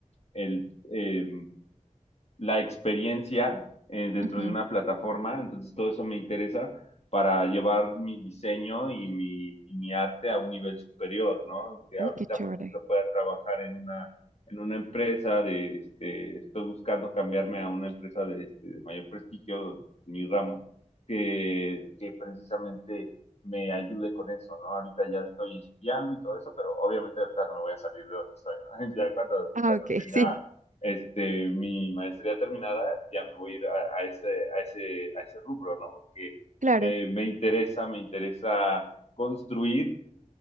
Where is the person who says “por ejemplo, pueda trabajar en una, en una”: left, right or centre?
Left